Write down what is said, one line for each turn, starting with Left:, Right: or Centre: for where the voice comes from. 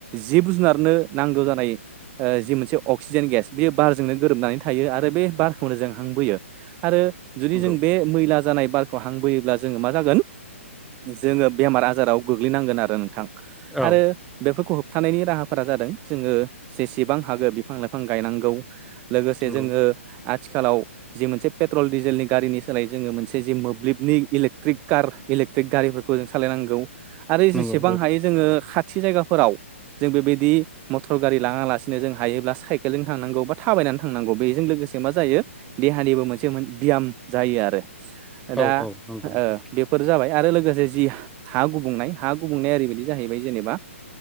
Right: जिब जुनारनो नांगौ जानाय जि मोनसे अक्सिजेन गेस बे बारजोंनो गोरोबनानै थायो आरो बे बारखौनो जों हांबोयो आरो जुदि
Centre: नंगौ
Right: जों बे मैला जानाय बारखौ हांबोयोब्ला जोङो मा जागोन जोङो बेमार आजाराव गोग्लैनांगोन आरो नोंथां
Centre: औ
Right: आरो बेफोरखौ होबथानायनि राहाफोरा जादों जोङो जेसेबां हागो बिफां लाइफां गायनांगौ लोगोसे
Centre: नंगौ
Right: जोङो आथिखालाव जि मोनसे पेट्रल डिजेलनि गारिनि सोलायै जोङो मोनसे जि मोब्लिबनि इलेक्ट्रिक कार इलेकट्रिक गारिफोरखौ जों सालायनांगौ आरो
Centre: नंगौ
Right: जेसेबां हायो जोङो खाथि जायगा फोराव जों बेबायदि मटर गारि लाङालासिनो जों हायोब्ला साइ केलजों थांनांगौ बा थाबायनानै थांनांगौ बेजों लोगोसे मा जायो देहानिबो मोनसे बियाम जायो आरो
Centre: औ
Right: दा
Centre: औ नंगौ नोंथां
Right: ओ बे फोर जाबाय आरो लोगोसे जि हा गुबुंनाय हा गुबुंनाया ओरैबायदि जाहैबाय जेनेबा